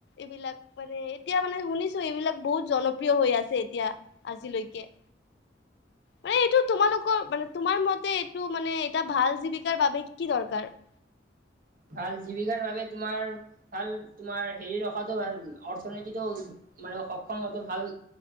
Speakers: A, on the left; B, on the right.
A: এইবিলাক মানে এতিয়া মানে শুনিছো এইবিলাক বহুত জনপ্ৰিয় হৈ আছে এতিয়া। আজিলৈকে? পাই এইটো তোমালোকৰ মানে তোমাৰ মতে এইটো মানে এটা ভাল জীৱিকাৰ বাবে কি দৰকাৰ? <unintelligible>
B: ভাল জীৱিকাৰ বাবে তোমাৰ ভাল তোমাৰ হেৰি ৰখাটো ভাল অৰ্থনীতিটো মানে সক্ষম হোৱাটো ভাল